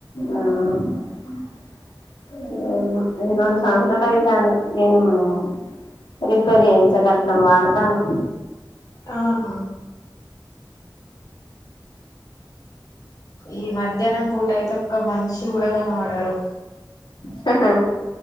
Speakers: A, on the left; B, on the left.
A: ఆ <unintelligible> రెండు సంవత్సరాలు అయితాంది నేను <unintelligible> ప్రిపేర్ చేయించగట్ల వాడతాను
B: ఆహా ఈ మధ్యాహ్నం పూట అయితే ఒక్క మనిషి గూడా గనవడరు
A: హహా